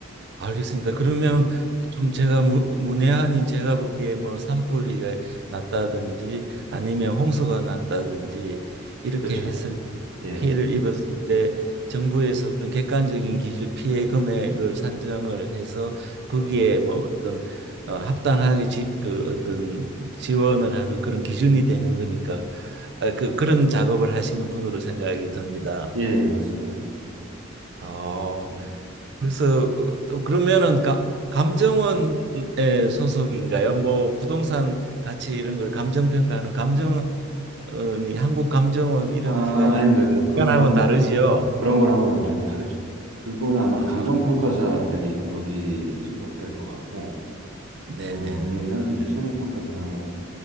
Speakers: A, on the right; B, on the right.
A: 알겠습니다. 그러면
B: 예,
A: 좀 제가 무, 문외한인 제가 보기에 뭐 산불이 났다든지 아니면 홍수가 났다든지 이렇게
B: 그렇죠.
A: 했을 때
B: 예.
A: 피해를 입었을 때 정부에서 어떤 객관적인 기준 피해 금액을 산정을 해서 거기에
B: 예.
A: 뭐 어떤 어, 합당하게 지, 그 어떤 지원을 하는 그런 기준이 되는 거니까 아, 그 그런 작업을 하시는 분으로 생각이 듭니다.
B: 예, 예, 맞습니다. 예.
A: 어,
B: 음.
A: 그래서 어, 또 그러면은 가, 감정원에 소속인가요? 뭐 부동산 가치 이런 걸 감정 평가하는 감정원이 한국 감정원 이런
B: 아,
A: 기관이
B: 아닙니다. 그, 그런,
A: 기관하고는 다르지요?
B: 그런 거랑은 완전히 다르죠. 그거는 아마
A: 아,
B: 감정평가사들이 거기 소속될 것 같고,
A: 네네.
B: 저희는 이제 손해평가사라고